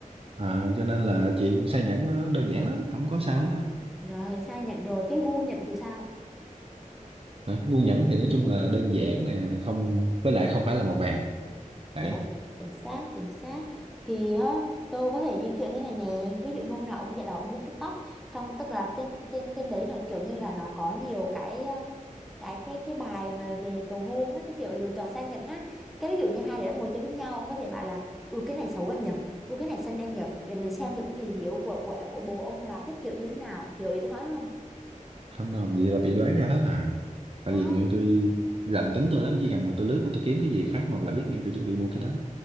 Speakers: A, on the right (about 45°); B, in the centre.
A: à, cho nên là chuyện sa nhẫn nó đơn giản lắm không có sao hết á
B: Rồi, size nhẫn rồi, cái gu nhẫn thì sao?
A: Hả? ngu nhẫn thì nói chung là đơn giản nè không với lại không phải là màu vàng đấy
B: Đúng, chính xác, chính xác. Thì á, tôi có thể di chuyển thế này nè. Ví dụ hôm nào ông già đò ông lướt TikTok, trong tức là trên trên trên đấy là kiểu như là nó có nhiều cái um, cái cái cái bài mà về cầu hôn á, cái kiểu lựa chọn sang nhẫn á. Cái ví dụ như hai đứa đang ngồi chơi với nhau, ông có thể bảo là ừ cái này xấu em nhỉ, ừ cái này xinh em nhỉ, để mình xem được cái thị hiếu của của của bồ ông là thích kiểu như thế nào. Hiểu ý tôi nói không?
A: không đâu vậy là bị đoán ra hết à tại
B: Không.
A: vì người yêu tôi rành tính tôi lắm chỉ cần mà tôi lướt mà tôi kiếm cái gì phát một là biết ngay tôi chuẩn bị mua cái đó